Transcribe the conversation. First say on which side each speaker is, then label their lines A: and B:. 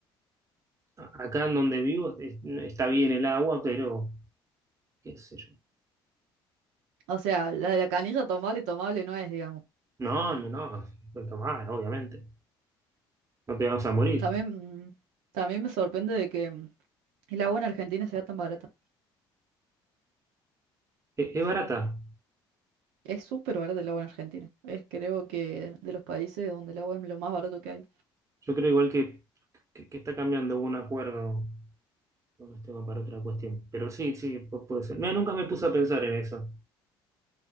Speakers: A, on the right; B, on the right.
A: a- acá en donde vivo es- no, está bien el agua, pero qué sé yo.
B: O sea, la de la canilla tomable, tomable no es, digamos.
A: No, no, no, puedes tomar, obviamente. No te vas a morir.
B: También, mm, también me sorprende de que mm, el agua en Argentina sea tan barata.
A: es es barata.
B: Es súper barata el agua en Argentina. Es creo que de los países donde el agua es lo más barato que hay.
A: Yo creo igual que, que, que está cambiando un acuerdo con este tema para otra cuestión. Pero sí, sí, pu- puede ser. Mira, nunca me puse a pensar en eso.